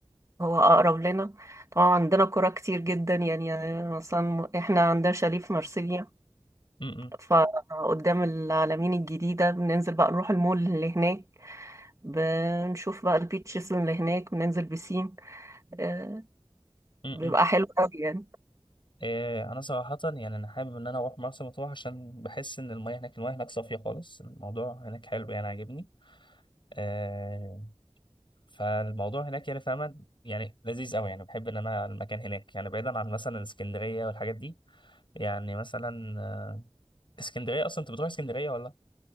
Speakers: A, on the right; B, on the left.
A: هو اقرب لنا طبعا عندنا قرى كتير جدا يعني, يعني مثلا احنا عندنا شاليه في مرسيليا
B: م-
A: فقدام العلمين الجديدة بننزل بقى نروح المول اللي هناك بنشوف بقى البيتشز اللي هناك وننزل بسين آه
B: م-
A: بيبقى
B: م.
A: حلو قوي يعني
B: آه انا صراحة يعني انا حابب ان انا اروح مرسى مطروح عشان بحس ان المياه هناك المياه هناك صافية خالص الموضوع هناك حلو يعني عاجبني آه فالموضوع هناك يعني فاهمة يعني لذيذ قوي يعني بحب ان انا المكان هناك يعني بعيدا عن مثلا اسكندرية والحاجات دي يعني مثلا آه، اسكندرية اصلا انت بتروح اسكندرية ولا